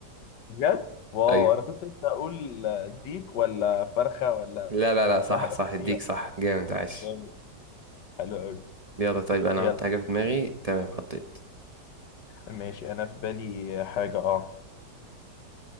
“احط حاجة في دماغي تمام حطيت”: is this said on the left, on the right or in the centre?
Right